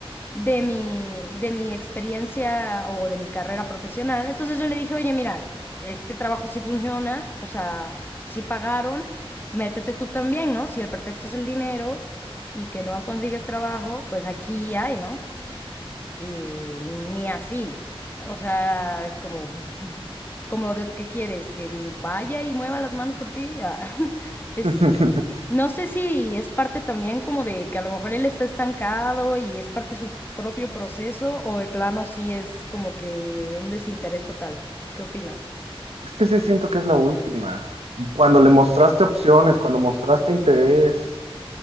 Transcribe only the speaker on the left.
de mi, de mi experiencia o de mi carrera profesional. Entonces yo le dije, oye, mira, este trabajo sí funciona, o sea, sí pagaron, métete tú también, ¿no? Si el pretexto es el dinero y que no consigues trabajo, pues aquí hay, ¿no? Y ni así. O sea, es como, como de, ¿qué quieres? ¿Que vaya y mueva las manos por ti? Ah, <laughs> es,
no sé si es parte también como de que a lo mejor él está estancado y es parte de su propio proceso o de plano sí es como que un desinterés total. ¿Qué opinas?